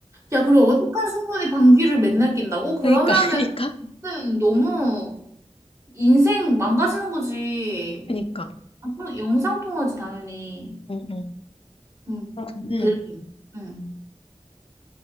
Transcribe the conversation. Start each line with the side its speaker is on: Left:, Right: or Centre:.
Right: 야, 그리고 어색한 순간에 방귀를 맨날 낀다고? 그러면은
Left: 그니까, <laughs> 그니까.
Right: 너무 인생 망가지는 거지.
Left: 그니까.
Right: 아, 영상통화지, 당연히.
Left: 응, 응.
Right: 응,
Left: 그러면은,
Right: 별로. 응.